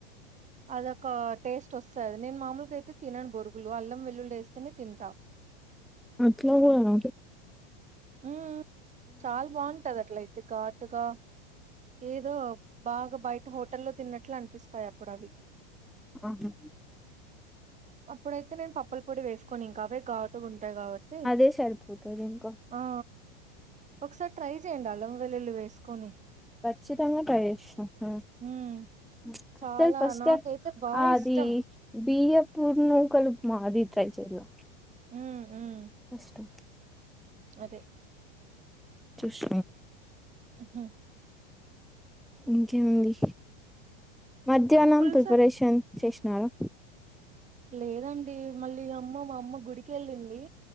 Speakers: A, on the right; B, in the centre.
A: ఆ అదొక టేస్ట్ వస్తది నేను మాములుగా అయితే తినను బొరుగులు అల్లం వెల్లుల్లి వేస్తేనే తింట
B: అట్ల కూడన
A: మ్మ్ చాల్ బాగుంటది అట్లయితే ఘటుగా ఏదో బాగా బయట హోటల్లో తిన్నట్లు అనిపిస్తాయి అప్పుడు అవి
B: ఆహా
A: అప్పుడైతే నేను పప్పల పొడి వేసుకొను ఇంకా అవే ఘటుగా ఉంటాయి కాబట్టి
B: అదే సరిపోతదేమో
A: ఆ ఒకసారి ట్రై చేయ్యడి అల్లం వెల్లుల్లి వేసుకొని
B: ఖచ్చితంగా ట్రై చేస్తా అ
A: ఉమ్
B: ప్చ్
A: చాలా
B: అసల్ ఫస్ట్
A: నాకైతే
B: స్టెప్
A: బాగా
B: అది
A: ఇష్టం
B: బియ్యం పూర్నుకలు మాది ట్రై చేయలా
A: ఉమ్ ఉమ్
B: కష్టం
A: అదే
B: చుస్
A: ఆహా
B: ఇంకేమండి మధ్యానం
A: పులుసు
B: ప్రిపరేషన్
A: అన్
B: చేసినారు
A: లేదండి మళ్ళీ అమ్మ మా అమ్మ గుడికెళ్ళింది